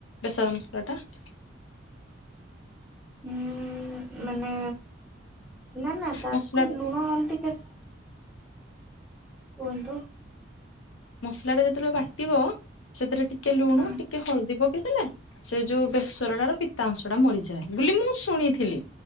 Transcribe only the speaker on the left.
ବେସର ମସଲା ଟା ।
ମସଲା
ମସଲା ଟା ଯେତେବେଳେ ବାଟିବ ସେଥିରେ ଟିକେ ଟିକେ ଲୁଣ
ଟିକେ ହଳଦୀ ପକେଇଦେଲେ ସେ ଯୋଉ ବେସରଟାର ପିତା ଅଂଶ ଟା ମରିଯାଏ ବୋଲି ମୁଁ ଶୁଣିଥିଲି